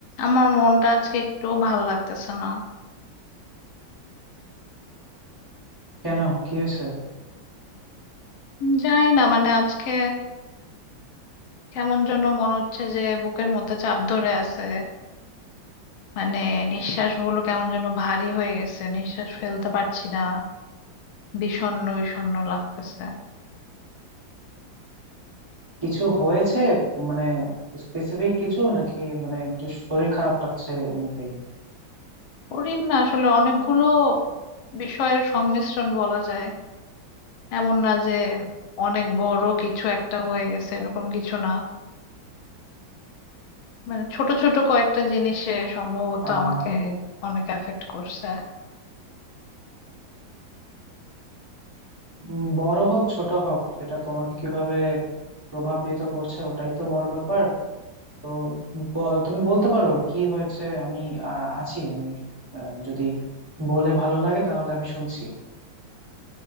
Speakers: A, on the left; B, on the right.
A: আমার মনটা আজকে একটু ভাল লাগতেছে না
B: কেন কি হয়েছে
A: উম, জানি না মানে আজকে কেমন যেন মনে হচ্ছে যে বুকের মধ্যে চাপ ধরে আছে মানে নিঃশ্বাস গুলো কেমন যেন ভারী হয়ে গেছে নিঃশ্বাস ফেলতে পারছি না বিষণ্ণ বিষণ্ণ লাগতেছে
B: কিছু হয়েছে মানে স্পেসিফিক কিছু নাকি মানে একটু শরীর খারাপ লাগছে এমনিতেই
A: কঠিন না আসলে অনেকগুলো বিষয়ের সংমিশ্রণ বলা যায় এমন না যে অনেক বড় কিছু একটা হয়ে গেছে এরকম কিছু না মানে ছোট ছোট কয়েকটা জিনিসে সম্ভবত
B: আহ
A: আমাকে অনেক এফেক্ট করছে
B: উম, বড় হোক ছোট হোক সেটা তোমাকে কিভাবে প্রভাবিত করছে ওটাই তো বড় ব্যাপার তো বল- তুমি বলতে পারো কি হয়েছে আমি আহ, আছি আমি আহ, যদি বলে ভালো লাগে তাহলে আমি শুনছি